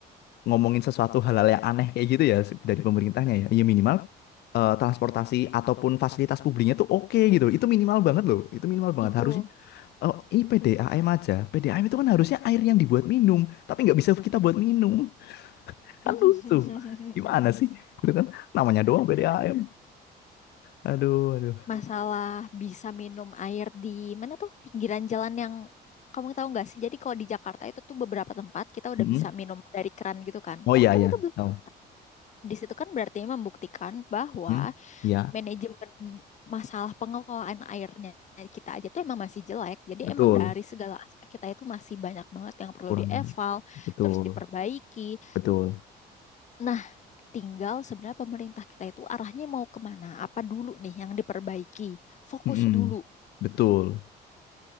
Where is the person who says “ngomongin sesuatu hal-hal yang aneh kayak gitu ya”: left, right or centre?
Left